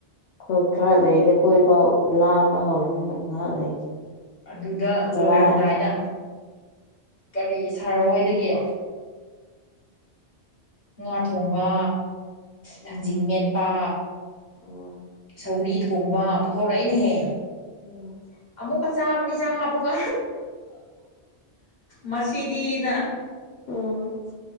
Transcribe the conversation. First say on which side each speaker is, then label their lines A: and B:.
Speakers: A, on the left; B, on the left.
A: ꯑꯩꯈꯣꯏ ꯈꯔ ꯂꯩꯔꯤꯗ ꯑꯩꯈꯣꯏ ꯐꯥꯎ ꯂꯥꯝꯕ ꯍꯧꯔꯅꯤ ꯃꯨꯛ ꯉꯥꯏꯍꯥꯛ ꯂꯩꯔꯗꯤ
B: ꯑꯗꯨꯗ
A: ꯆꯔꯥ
B: ꯂꯣꯏꯔꯝꯗꯥꯏꯗ ꯀꯔꯤ ꯁꯥꯔꯔꯣꯏꯗꯒꯤ ꯉꯥ ꯊꯣꯡꯕ ꯊꯥꯡꯖꯤꯡ
A: ꯎꯝ
B: ꯃꯦꯠꯄ
A: ꯎꯝ
B: ꯁꯧꯒ꯭ꯔꯤ ꯊꯣꯡꯕ ꯄꯨꯊꯣꯔꯛꯑꯩꯅꯍꯦ
A: ꯎꯝ
B: ꯑꯃꯨꯛꯀ ꯆꯥꯕꯅꯤ ꯆꯥꯛ ꯍꯥꯞꯄꯒ ꯃꯁꯤꯗꯤꯅ
A: ꯎꯝ